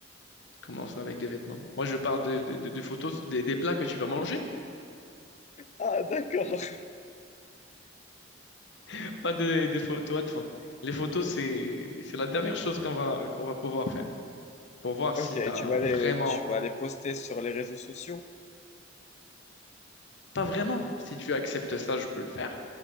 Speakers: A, on the left (about 60°); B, on the left (about 35°).
A: Commence avec des vêtements. Moi, je parle de- de- de- des photos, des, des plats que tu vas manger,
B: Ah, d'accord. <laughs>
A: <laughs> pas des, des photos à te faire. Les photos, c'est, c'est la dernière chose qu'on va, qu'on va pouvoir faire pour voir si
B: Ok,
A: tu as
B: tu vas les,
A: vraiment,
B: tu vas les poster sur les réseaux sociaux?
A: pas vraiment, si tu acceptes ça, je peux le faire,